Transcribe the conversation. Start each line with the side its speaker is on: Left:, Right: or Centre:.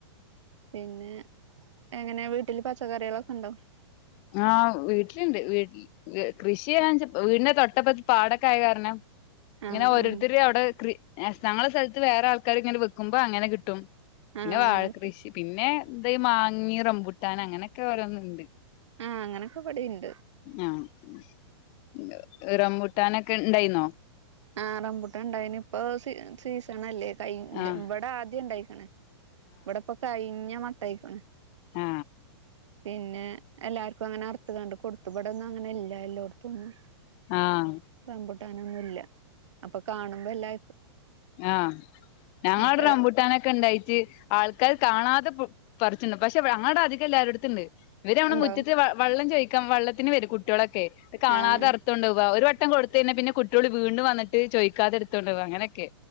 Right: പിന്നെ എങ്ങനെ വീട്ടില് പച്ചക്കറികളൊക്കെ ഉണ്ടോ
Left: ആഹ് വീട്ടിലുണ്ട് വീട്ടിൽ കൃഷി ചെയ്യാൻ വീടിന്റെ തൊട്ടപ്പുറത്തു പാടമൊക്കെ ആയതു കാരണം ഇങ്ങനെ
Right: ആഹ്
Left: ഓരോരുത്തർ
Right: ആഹ്
Left: അവിടെ കൃ ഞങ്ങളുടെ സ്ഥലത്ത് വേറെ ആൾക്കാര് ഇങ്ങനെ വെക്കുമ്പോ അങ്ങനെ കിട്ടും
Right: ആഹ്
Left: പിന്നെ
Right: അങ്ങനെ
Left: വാഴകൃഷി
Right: കിട്ടും
Left: പിന്നെ എന്താ മാങ്ങി റംബുട്ടാൻ അങ്ങനെയൊക്കെ ഓരോന്നുണ്ട്
Right: ആഹ് അങ്ങനൊക്കെ ഇവിടെണ്ട്
Left: ആഹ റമ്പൂട്ടാനൊക്കെ ണ്ടായിന്നോ
Right: ആ റംമ്പുട്ടാൻ ഉണ്ടായിന് ഇപ്പ സ സീസൺ അല്ലേ ക
Left: ആഹ്
Right: ഇവിടെ ആദ്യ ണ്ടായി ഇവിടെപ്പൊ കഴിഞ്ഞ മട്ടായിക്കണ്
Left: ആ
Right: പിന്നെ എല്ലാർക്കും അങ്ങനെ അറുത്ത് കണ്ട് കൊടുത്തുപടൊന്നും അങ്ങനെ ഇല്ല എല്ലോടത്തന്നും
Left: ആഹ്
Right: റംമ്പുട്ടാനൊന്നുല്ല അപ്പൊ കാണുമ്പോ എല്ലാ
Left: ആഹ് ഞങ്ങളവിടെ
Right: അപ്പൊ
Left: റംമ്പൂട്ടാനൊക്കെ ണ്ടായിട്ട് ആൾക്ക ക്കാർ കാണാതെ പറിച്ചിണ്ട് പക്ഷെ അങ്ങടെ അധികം എല്ലാരുടെ അടുത്തുണ്ട് ഇവര് നമ്മടെ
Right: ഇണ്ടോ
Left: മുറ്റത്ത് വെള്ളം ചോദിക്കും വെള്ളത്തിന് വരും കുട്ടികളൊക്കെ കാണാതെ
Right: ആഹ്
Left: അറുത്തു കൊണ്ട് പോവാ ഒരു പട്ടം കൊടുത്ത തന്നെ പിന്നെ കുട്ടികൾ വീണ്ട വന്നിട്ട ചോദിക്കാതെടുത്തോണ്ട് പോവാ അങ്ങനൊക്കെ